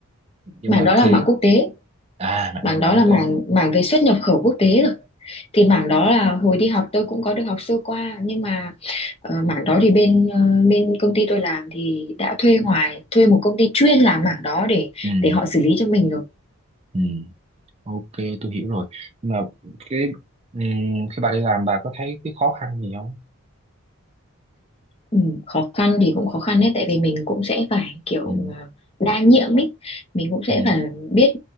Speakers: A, on the right; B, on the left.
A: nhưng
B: mảng
A: mà
B: đó là
A: khi
B: mảng quốc tế
A: à mạng
B: mảng
A: năng lượng
B: đó
A: quốc
B: là
A: tế.
B: mảng mảng về xuất nhập khẩu quốc tế rồi thì mảng đó là hồi đi học tôi cũng có được học sơ qua nhưng mà ờ, mảng đó thì bên ờ, bên công ty tôi làm thì đã thuê ngoài thuê một công ty chuyên làm mảng đó để
A: Ừ
B: để họ xử lý cho mình rồi
A: ừ ok tôi hiểu rồi. Nhưng mà cái ừ, khi bà đi làm bà có thấy cái khó khăn gì không?
B: Ừ, khó khăn thì cũng khó khăn đấy tại vì mình cũng sẽ phải kiểu
A: Ừ
B: ờ, đa nhiệm ý mình cũng sẽ
A: ừ
B: phải biết